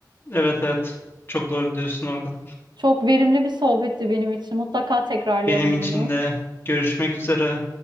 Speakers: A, on the left; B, on the right.
A: Evet evet. Çok doğru diyorsun orada.
B: Çok verimli bir sohbetti benim için. Mutlaka tekrarlayalım
A: Benim için
B: bunu.
A: de görüşmek üzere.